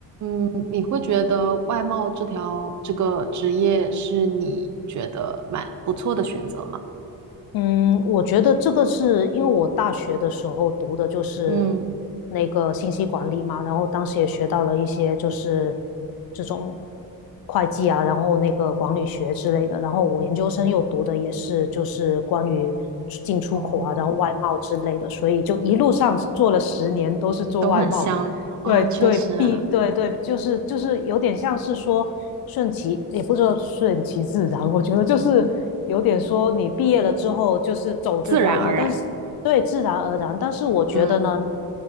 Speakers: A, on the right; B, on the left.
A: 你你会觉得外贸这条这个职业是你觉得蛮不错的选择吗？
B: 嗯，我觉得这个是因为我大学的时候读的就是
A: 嗯，
B: 那个信息管理嘛，然后当时也学到了一些就是这种会计啊，然后那个管理学之类的，然后我研究生又读的也是就是关于进出口啊，
A: 哦，
B: 然后外贸之类的，所以就一路上做了十年都是做外贸的。
A: 都很香哦，
B: 对对必对对，
A: 确实啊，
B: 就是就是有点像是说顺其，也不知道顺其自然。我觉得就是有点说你毕业了之后就是走这条路，
A: 自然而然，
B: 但是对自然而然。但是我觉得呢，
A: 嗯